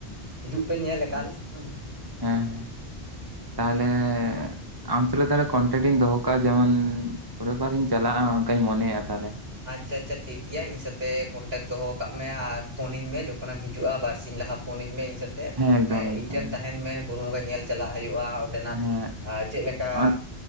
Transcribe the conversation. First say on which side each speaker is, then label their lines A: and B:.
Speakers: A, on the right; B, on the right.
A: ᱦᱤᱡᱩᱜ ᱯᱮ ᱧᱮᱞ ᱟᱠᱟᱞ
B: ᱟᱪᱪᱷᱟ
A: ᱦᱮᱸ᱾
B: ᱦᱮᱸ ᱦᱮᱸ ᱛᱟᱦᱚᱞᱮ ᱟᱢ ᱥᱟᱞᱟ ᱛᱟᱦᱚᱞᱮ ᱠᱚᱱᱴᱮᱠᱴ ᱤᱧ ᱫᱚᱦᱚ ᱠᱟᱜᱼᱟ ᱡᱮᱢᱚᱱ ᱯᱚᱨᱮ ᱵᱟᱨᱤᱧ ᱪᱟᱞᱟᱜᱼᱟ ᱚᱱᱠᱟᱧ ᱢᱚᱱᱮᱭᱮᱫᱼᱟ ᱛᱟᱦᱚᱞᱮ᱾
A: ᱟᱪᱪᱷᱟ ᱟᱪᱪᱷᱟ ᱴᱷᱤᱠ ᱜᱮᱭᱟ ᱤᱧ ᱥᱟᱛᱮᱜ ᱠᱚᱱᱴᱮᱠᱴ ᱫᱚᱦᱚ ᱠᱟᱜ ᱢᱮ ᱟᱨ ᱯᱷᱳᱱᱟᱹᱧ ᱢᱮ ᱡᱚᱠᱷᱚᱱᱮᱢ ᱦᱤᱡᱩᱜᱼᱟ ᱵᱟᱨᱥᱤᱧ ᱞᱟᱦᱟ ᱯᱷᱳᱱ ᱟᱹᱧ ᱢᱮ ᱤᱧ ᱥᱟᱛᱮᱜ
B: ᱮᱠᱫᱚᱢ
A: ᱦᱮᱸ
B: ᱮᱠᱫᱚᱢ
A: ᱤᱧ ᱴᱷᱮᱱ
B: ᱮᱠᱫᱚᱢ
A: ᱛᱟᱦᱮᱱ ᱢᱮ ᱵᱩᱨᱩ ᱵᱚᱸᱜᱟ ᱧᱮᱞ ᱪᱟᱞᱟᱜ ᱦᱩᱭᱩᱜᱼᱟ᱾ ᱚᱸᱰᱮᱱᱟᱜ
B: ᱦᱮᱸ
A: ᱪᱮᱜ ᱞᱮᱠᱟ
B: ᱚᱱ